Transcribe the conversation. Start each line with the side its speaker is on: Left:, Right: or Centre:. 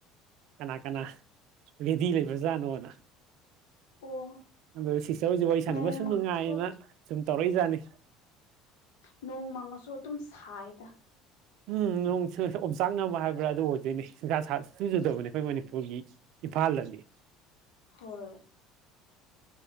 Right: ꯀꯅꯥ ꯀꯅꯥ ꯔꯦꯗꯤ ꯂꯩꯕ꯭ꯔꯖꯥꯠꯅꯣꯅ
Left: ꯑꯣ
Right: ꯑꯗꯨ ꯁꯤꯁꯇꯔ ꯍꯁ ꯋꯥꯔꯤ ꯁꯥꯟꯅꯕꯁꯨꯨꯝ
Left: ꯅꯣꯡꯃꯗꯣ
Right: ꯅꯨꯡꯉꯥꯏꯌꯦꯅ ꯁꯨꯝ ꯇꯧꯔꯛꯏꯖꯥꯠꯅꯤ
Left: ꯅꯣꯡꯃꯪꯉꯁꯨ ꯑꯗꯨꯝ ꯁꯥꯏꯗ
Right: ꯎꯝ ꯅꯣꯡ ꯑꯣꯝꯆꯥꯛꯅꯕ ꯍꯥꯏꯕ꯭ꯔꯥ ꯑꯗꯨ ꯑꯣꯏꯗꯣꯏꯅꯦ ꯟꯖꯥ ꯁꯨꯖꯨꯗꯕꯅꯦ ꯑꯩꯈꯣꯏ ꯃꯅꯤꯄꯨꯔꯒꯤ ꯏꯝꯐꯥꯜꯗꯗꯤ
Left: ꯍꯣꯏ